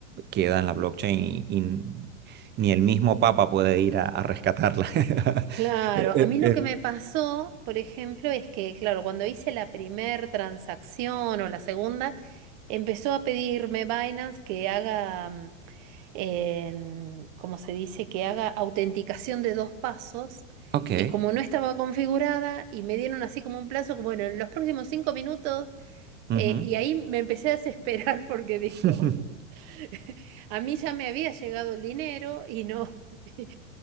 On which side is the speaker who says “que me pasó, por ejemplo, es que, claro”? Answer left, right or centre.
Right